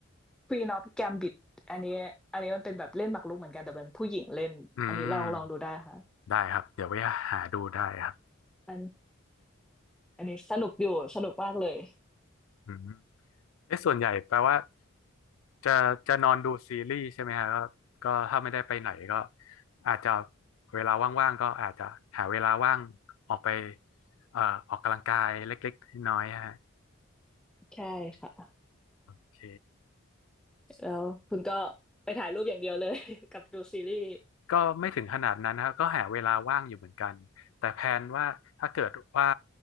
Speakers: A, in the centre; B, on the left (about 75°).
A: Queen of Gambit อันนี้อันนี้มันเป็นแบบเล่นหมากรุกเหมือนกันแต่เป็นผู้หญิงเล่นอันนี้ลองลองดูได้ค่ะ
B: อืมได้ครับเดี๋ยวไว้หาดูได้ครับ
A: อันอันนี้สนุกอยู่สนุกมากเลย
B: อืม เอ๊ะส่วนใหญ่แปลว่าจะจะนอนดูซีรีส์ใช่ไหมฮะก็ก็ถ้าไม่ได้ไปไหนก็อาจจะเวลาว่างๆก็อาจจะหาเวลาว่างออกไปเอ่อออกกำลังกายเล็กๆน้อยๆฮะ
A: ใช่ค่ะ
B: โอเค
A: แล้วคุณก็ไปถ่ายรูปอย่างเดียวเลย <laughs> กับดูซีรีส์
B: ก็ไม่ถึงขนาดนั้นนะครับก็หาเวลาว่างอยู่เหมือนกันแต่แพลนว่าถ้าเกิดว่า